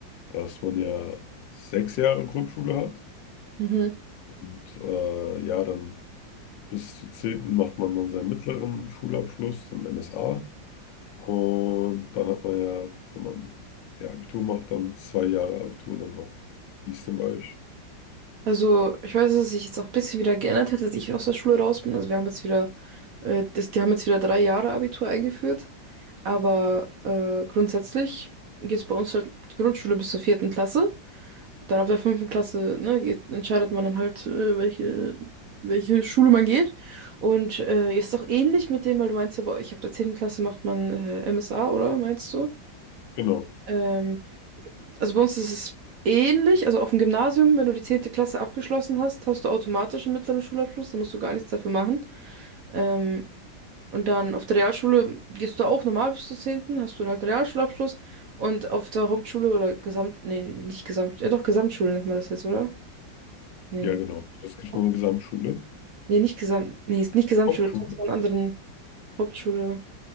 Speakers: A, on the left (about 75°); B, on the right (about 60°).
A: dass man ja sechs Jahre Grundschule hat
B: Mhm.
A: und äh, ja, dann bis zur zehnten macht man dann seinen mittleren Schulabschluss, dann MSA. Und dann hat man ja, wenn man ja Abitur macht, dann zwei Jahre Abitur und dann noch. Wie ist denn bei euch?
B: Also, ich weiß, dass sich jetzt auch ein bisschen wieder geändert hat, als ich aus der Schule raus bin. Also, wir haben jetzt wieder, äh, das, die haben jetzt wieder drei Jahre Abitur eingeführt. Aber äh, grundsätzlich geht es bei uns halt die Grundschule bis zur vierten Klasse. Dann ab der fünften Klasse, ne, geht, entscheidet man dann halt, äh, welche, welche Schule man geht. Und äh, jetzt auch ähnlich mit dem, weil du meinst ja, bei euch ab der zehnten Klasse macht man äh, MSA, oder meinst du?
A: Genau,
B: Ähm, Also bei uns ist es ähnlich. Also auf dem Gymnasium, wenn du die zehnte Klasse abgeschlossen hast, hast du automatisch einen mittleren Schulabschluss, da musst du gar nichts dafür machen. Ähm, und dann auf der Realschule gehst du auch normal bis zur zehnten. hast du halt einen halt Realschulabschluss. Und auf der Hauptschule oder Gesamt, nee, nicht Gesamt, ja doch, Gesamtschule nennt man das jetzt, oder? Nee.
A: ja, genau. Es gibt
B: Auch-
A: noch eine Gesamtschule.
B: Nee, nicht Gesamt, nee, ist nicht Gesamtschule,
A: Hauptschule.
B: das hat so einen anderen Hauptschule.